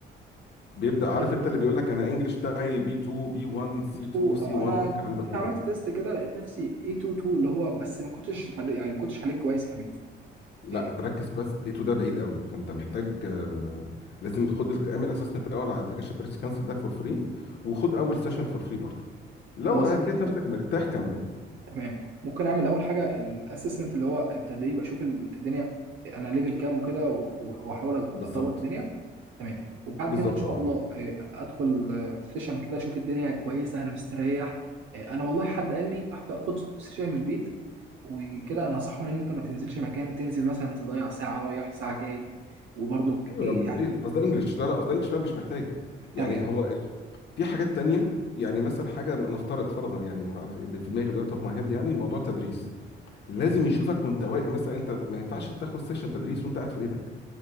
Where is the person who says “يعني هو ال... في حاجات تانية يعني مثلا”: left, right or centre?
Left